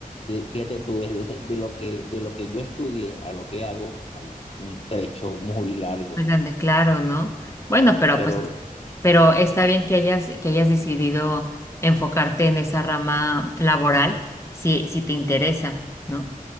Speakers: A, on the left; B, on the left.
A: de- fíjate tú, de, de lo que, de lo que yo estudié a lo que hago, hay un trecho muy largo.
B: Muy grande, claro, ¿no? Bueno, pero
A: Pero
B: pues, pero está bien que hayas, que hayas decidido enfocarte en esa rama laboral, si, si te interesa, ¿no?